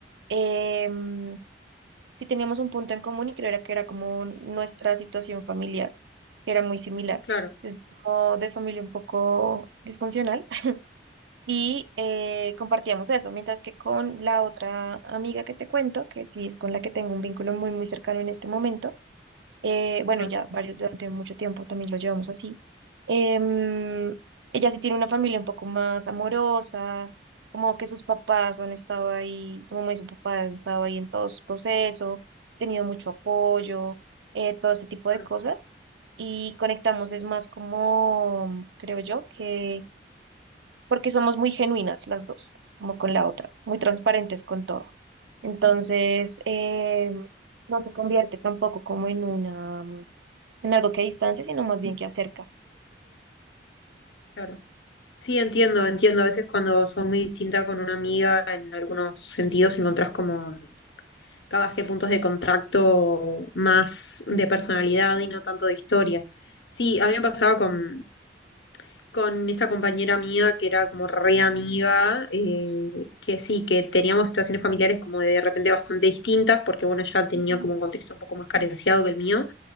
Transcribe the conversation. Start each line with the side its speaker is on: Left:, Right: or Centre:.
Right: Em, sí teníamos un punto en común y creo era que era como nuestra situación familiar, que era muy similar.
Left: claro.
Right: Es como de familia un poco disfuncional <laughs> y eh, compartíamos eso, mientras que con la otra amiga que te cuento, que sí es con la que tengo un vínculo muy, muy cercano en este momento, eh, bueno,
Left: Ajá,
Right: y ya varios durante mucho tiempo también lo llevamos así. Em, ella sí tiene una familia un poco más amorosa, como que sus papás han estado ahí, su mamá y su papá han estado ahí en todo su proceso, tenido mucho apoyo, eh, todo ese tipo
Left: claro.
Right: de cosas. Y conectamos es más como, creo yo, que porque somos muy genuinas las dos, como con la otra, muy transparentes con todo. Entonces, em, no se convierte tampoco como en una en algo que distancia, sino más bien que acerca.
Left: Claro. Sí, entiendo, entiendo. A veces cuando sos muy distinta con una amiga, en algunos sentidos encontrás como cada que puntos de contacto más de personalidad y no tanto de historia. Sí, a mí me pasaba con, con esta compañera mía que era como re amiga, eh, que sí, que teníamos situaciones familiares como de repente bastante distintas, porque bueno, ella tenía
Right: Ujú,
Left: como un contexto un poco más carenciado que el mío